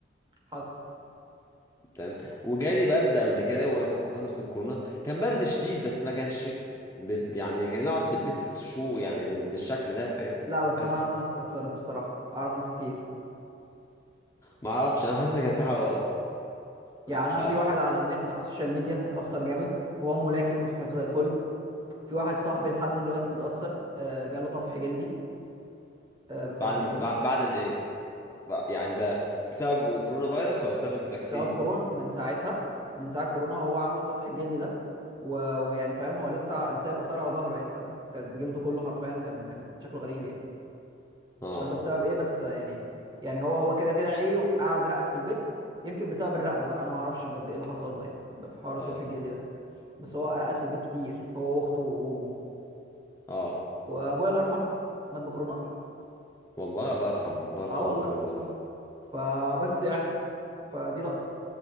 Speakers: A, on the right (about 25°); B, on the left (about 15°).
A: حصل
B: تمام وجالي برد قبل كده وف- في فترة الكورونا كان برد شديد بس ما كانش بال- يعني كان اقعد في البيت ست شهور يعني بال- بالشكل ده فاهم
A: لا بس
B: بس
A: انا اعرف ناس اتأثرت بصراحة اعرف ناس كتير
B: ما اعرفش انا حاسس ان كان في حاجة غلط
A: يعني
B: انا مش
A: انا
B: عارف
A: في واحد على النت على السوشيال ميديا اتأثر جامد وهو ملاكم وصحته زي الفل في واحد صاحبي لحد دلوقتي متأثر آه، جاله طفح جلدي آه، بسبب
B: بعد
A: كورونا
B: ال... بع- بعد الايه بع- يعني ده بسبب الكورونا فيروس ولا بسبب الفاكسين
A: بسبب كورونا من ساعتها من ساعة كورونا وهو عنده الطفح الجلدي ده و- ويعني فاهم هو لسه لسه سايب آثار على ظهره يعني فاهم كان جلده كله حرفيا كان كان شكله غريب يعني
B: اه
A: مش عارف ده بسبب ايه بس آه، يعني يعني هو هو كده كده عيه وقعد رقد في البيت يمكن بسبب الرقدة بقى انا ما اعرفش بجد ايه اللي حصل له يعني في حوار الطفح
B: طيب
A: الجلدي ده بس هو رقد في البيت كتير هو واخته وامه
B: اه
A: وابويا الله يرحمه مات بكورونا اصلا
B: والله الله يرحمه الله يرحمه
A: اه
B: ويغفر
A: والله
B: له يا رب
A: فبس يعني فدي لقطه